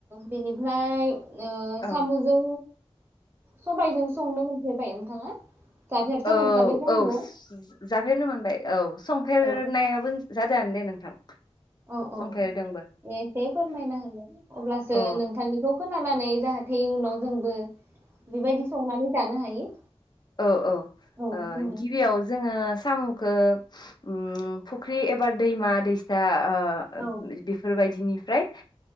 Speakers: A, on the right; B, on the left.
A: बेनिफ्राय ओ
B: औ
A: सामुजों सबायाइजों संनो मोनफेरबाय नोंथाङा जाफेरथ'
B: औ-औ
A: मोनखाबाय जानांगौ
B: जाफेरनो मोनबाय औ संफेरनायाबो।
A: औ
B: द दे नोंथां।
A: औ-औ
B: संफेरदोंबो
A: एसे फोरमायना होलाय अब्लासो
B: अ
A: नोंथांनिखौ। खोनानानै जाहाथे उनाव जोंबो। बेबायदि संनानै जानो हायो।
B: औ-औ ओ
A: औ बुंलाय
B: गिबियाव जोङो साम खौ। उ फुख्रि एबार दैमा-दैसा। ओ
A: औ
B: बेफोरबायदिनि। ओमफ्राय।